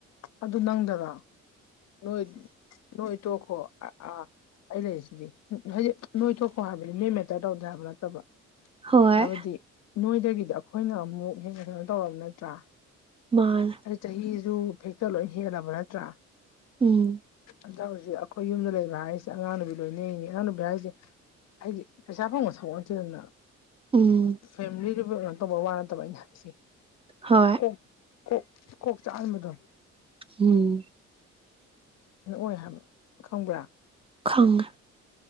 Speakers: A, on the left; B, on the right.
A: ꯑꯗꯨ ꯅꯪꯗꯔꯥ꯫ ꯅꯣꯏ ꯅꯣꯏ ꯇꯣꯛꯈꯣ ꯑꯥ ꯑꯩ ꯂꯩꯔꯤꯁꯤꯗꯤ ꯍꯧꯖꯤꯛ ꯅꯣꯏ ꯇꫭꯛꯈꫭ ꯍꯥꯏꯕ ꯅꯦꯃꯦ ꯇ ꯇꯧꯗꯦ ꯍꯥꯏꯕ ꯅꯠꯇꯕ
B: ꯍꯣꯏ꯫
A: ꯍꯥꯏꯕꯗꯤ ꯅꯣꯏꯗꯒꯤꯗꯤ ꯑꯩꯈꯣꯏꯅ ꯑꯃꯨꯛ ꯍꯦꯟꯅ ꯀꯩꯅꯣ ꯇꯧꯔꯕ ꯅꯠꯇ꯭ꯔꯥ꯫
B: ꯃꯥꯅꯦ
A: ꯑꯗꫭ ꯆꯍꯤ ꯁꯨꯨ ꯐꯦꯛꯇ ꯂꯣꯏꯅ ꯍꯦꯜꯕ ꯅꯠꯇ꯭ꯔꯥ꯫
B: ꯎꯝ
A: ꯑꯗ ꯍꯧꯖꯤꯛ ꯑꯩꯈꯣꯏ ꯌꯨꯝꯗ ꯂꯩꯕ ꯍꯥꯏꯔꯤꯁꯦ ꯑꯉꯥꯡꯅꯕꯤ ꯂꯣꯏꯅꯔꯤꯅꯤ ꯑꯉꯥꯡꯅ ꯅꯨꯕꯤ ꯍꯥꯏꯁꯦ ꯑꯩꯗꯤ ꯄꯩꯁꯥ ꯐꯪꯕ ꯊꯕꯛ ꯅꯠꯇꯦꯗꯅ
B: ꯎꯝ
A: ꯐꯦꯃꯤꯂꯤ ꯗꯨ ꯕ ꯀꯩꯅꫭ ꯇꯧꯕ ꯋꯥ ꯅꯠꯇꯕ ꯑꯩꯅ ꯍꯥꯏꯁꯦ
B: ꯍꯣꯏ꯫
A: ꯀꯣꯛ ꯀꯣꯛ ꯀꯣꯛ ꯆꯥꯛꯍꯟꯕꯗꯣ꯫
B: ꯎꯝ
A: ꯅꯛꯑꯣꯏ ꯍꯥꯏꯕ ꯈꯪꯕ꯭ꯔꯥ
B: ꯈꯪꯑꯦ꯫